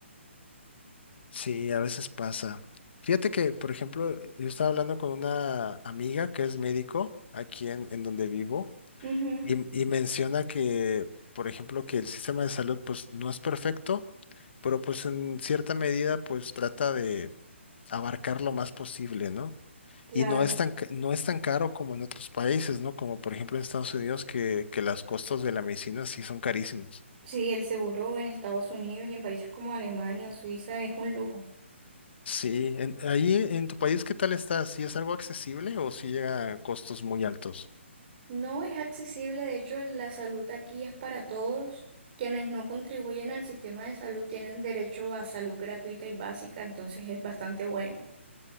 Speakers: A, on the left (about 55°); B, on the right (about 40°).
A: Sí, a veces pasa. Fíjate que, por ejemplo, yo estaba hablando con una amiga que es médico aquí en, en donde vivo.
B: Ujú,
A: Y, y menciona que, por ejemplo, que el sistema de salud pues no es perfecto, pero pues en cierta medida pues trata de abarcar lo más posible, ¿no?
B: claro.
A: Y no es tan, ca- no es tan caro como en otros países, ¿no? Como por ejemplo en Estados Unidos que, que los costos de la medicina sí son carísimos.
B: Sí, el seguro en Estados Unidos y en países como Alemania o Suiza es un lujo.
A: Sí, en- ahí en tu país, ¿qué tal está? ¿Sí es algo accesible o sí llega a costos muy altos?
B: No es accesible, de hecho, la salud aquí es para todos. Quienes no contribuyen al sistema de salud tienen derecho a salud gratuita y básica, entonces es bastante bueno.